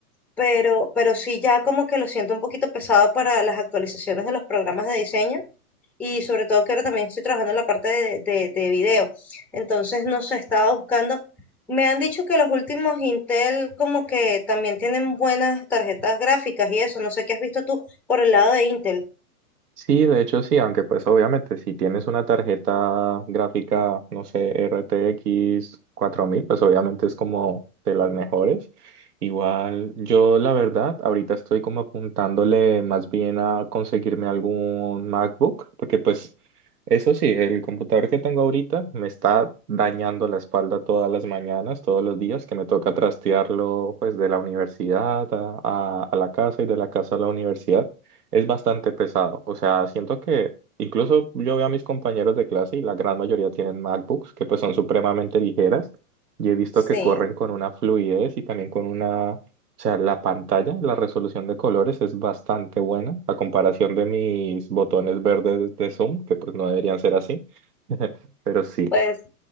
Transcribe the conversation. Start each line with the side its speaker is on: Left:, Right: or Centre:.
Centre: pero, pero sí ya como que lo siento un poquito pesado para las actualizaciones de los programas de diseño y sobre todo que ahora también estoy trabajando en la parte de, de, de video. Entonces, no sé, estaba buscando. Me han dicho que los últimos Intel como que también tienen buenas tarjetas gráficas y eso. No sé qué has visto tú por el lado de Intel.
Right: Sí, de hecho sí, aunque pues obviamente si tienes una tarjeta gráfica, no sé, RTX mil pues obviamente es como de las mejores. Igual yo la verdad, ahorita estoy como apuntándole más bien a conseguirme algún MacBook, porque pues eso sí, el computador que tengo ahorita me está dañando la espalda todas las mañanas, todos los días, que me toca trastearlo pues de la universidad a, a a la casa y de la casa a la universidad es bastante pesado. O sea, siento que incluso yo veo a mis compañeros de clase y la gran mayoría tienen MacBooks que pues son supremamente ligeras y he visto
Centre: Sí,
Right: que corren con una fluidez y también con una, o sea, la pantalla, la resolución de colores es bastante buena a comparación de mis botones verdes de Zoom, que pues no deberían ser así, <laughs> pero sí.
Centre: pues,